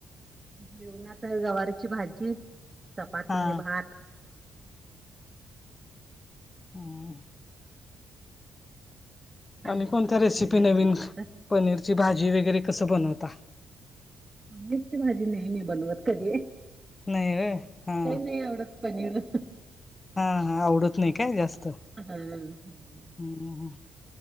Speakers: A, on the right; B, on the left.
A: घेऊ ना तर गवाराची भाजी चपाती
B: हा
A: भात
B: हम
A: अंद
B: आणि कोणत्या
A: त भुर्जी
B: रेसिपी
A: वगैरे
B: नवीन
A: बनवलं <inaudible>
B: पनीरची भाजी वगैरे कसं बनवता.
A: पनीरची भाजी नाही मी बनवत कधी का
B: नाही होय हा
A: नाही आवडत. पनीर
B: हा हा आवडत नाही काय जास्त.
A: हम्म
B: हम्म.